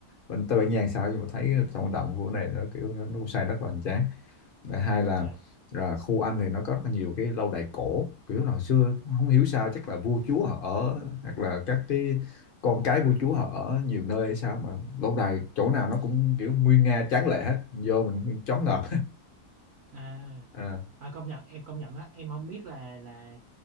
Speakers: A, on the left; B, on the right.
A: bên Tây Ban Nha làm sao nhưng mà thấy sân vận động của này nó kiểu nó, nó cũng xây rất là hoành tráng và hai là,
B: yeah.
A: là khu Anh thì nó có rất là nhiều cái lâu đài cổ kiểu là hồi xưa không hiểu sao chắc là vua chúa họ ở hoặc là các cái con cái vua chúa họ ở nhiều nơi hay sao mà lâu đài chỗ nào nó cũng kiểu nguy nga tráng lệ hết mình vô mình choáng ngợp
B: à
A: <laughs> à,
B: À, công nhận em công nhận á em không biết là là